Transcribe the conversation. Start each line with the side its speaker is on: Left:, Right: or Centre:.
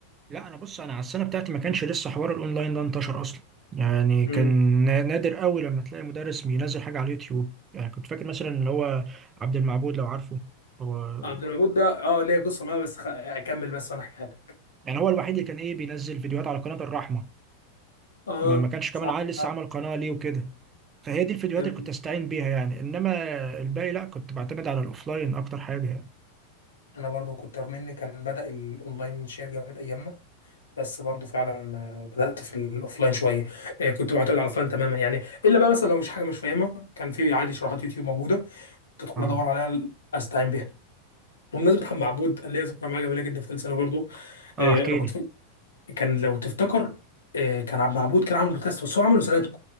Right: لا انا بص انا على السنه بتاعتي ما كانش لسه حوار الاونلاين ده انتشر اصلا يعني
Left: امم
Right: كان نا- نادر قوي لما تلاقي مدرس بينزل حاجه على اليوتيوب يعني كنت فاكر مثلا اللي هو عبد المعبود لو عارفه هو
Left: عبد المعبود ده اه ليه قصه معاه بس خ... اكمل بس وانا احكيها لك
Right: يعني هو الوحيد اللي كان ايه بينزل فيديوهات على قناه الرحمه
Left: اه
Right: ما ما كانش كمان
Left: صح
Right: عيل لسه
Left: فعلا
Right: عمل قناه ليه وكده فهي دي الفيديوهات
Left: جميل.
Right: اللي كنت استعين بيها يعني انما الباقي لا كنت بعتمد على الاوفلاين اكتر حاجه يعني
Left: انا برضو كنت رغم ان كان بدا الاونلاين شير جامد ايامنا بس برضو فعلا آه، بدات في الاوفلاين شويه آه، كنت معتمد على الاوفلاين تماما يعني الا بقى مثلا لو مش حاجه مش فاهمها كان في عادي شروحات يوتيوب موجوده تدخل
Right: اه
Left: ادور عليها استعين بيها وبمناسبة محمد معبود انا ليا ذكرى معاه جميلة جدا في ثالث ثانوي برضه
Right: اه
Left: آه،
Right: احكي
Left: انا كنت
Right: لي
Left: فاكر كان لو تفتكر آه، كان عبد معبود كان عامل بودكاست بس هو عمله سنة